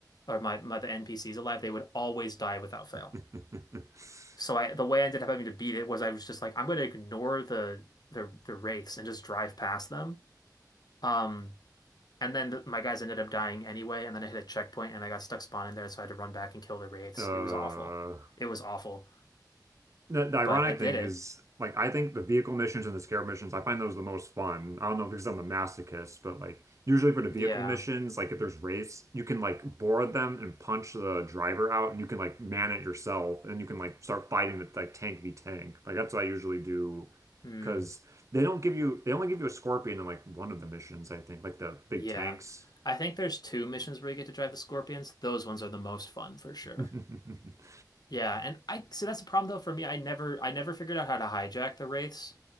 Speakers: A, on the left (about 65°); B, on the right (about 45°).
A: or my, my the NPCs alive. They would always die without fail
B: <laughs>
A: so I the way I ended up having to beat it was I was just like I'm going to ignore the the the wraiths and just drive past them. Um, and then the, my guys ended up dying anyway, and then I hit a checkpoint and I got stuck spawning there, so I had to run back and kill the wraiths.
B: uh,
A: It was awful. It was awful,
B: The, the ironic
A: but I did
B: thing
A: it.
B: is, like, I think the vehicle missions and the scarab missions, I find those the most fun. I don't know if because I'm a masochist, but like, usually for the vehicle
A: Yeah.
B: missions, like if there's race, you can like board them and punch the driver out, and you can like man it yourself, and you can like start fighting with like tank v tank. Like that's what I usually do,
A: Mm,
B: because they don't give you, they only give you a scorpion in like one of the missions, I think, like the big
A: yeah.
B: tanks.
A: I think there's two missions where you get to drive the scorpions. Those ones are the most fun for sure.
B: <laughs>
A: Yeah, and I so that's the problem though for me. I never I never figured out how to hijack the wraiths.